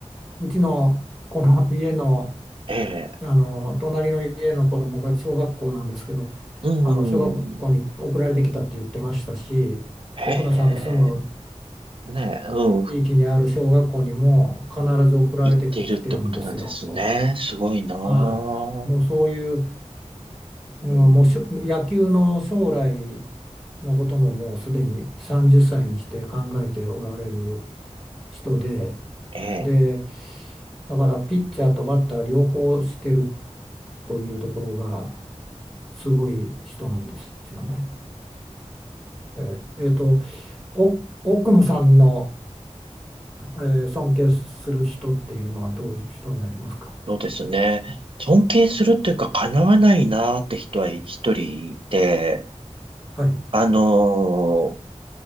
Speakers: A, in the centre; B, on the right.
A: うちのこの家の、
B: ええ、
A: あの隣の家の子供が小学校なんですけど、
B: うん、
A: あの小学校に送られてきたって言ってましたし、
B: うん。へ
A: 奥野さんが住む
B: え、ねえ、うん、
A: 地域にある小学校にも必ず送られてきてるんですよ。
B: 言っているってことなんですね。すごいなー。
A: はい、もうそういう、
B: うん、
A: うん、もうしょ野球の将来のことももうすでに30歳にして考えておられる人で、
B: ええ。
A: で、だからピッチャーとバッター両方してるというところがすごい人なんですよね。えーえーと、お奥野さんの、えー尊敬する人っていうのはどういう人になりますか
B: そうですね。尊敬するというか、叶わないなーって人は一人いて、
A: はい。
B: あのー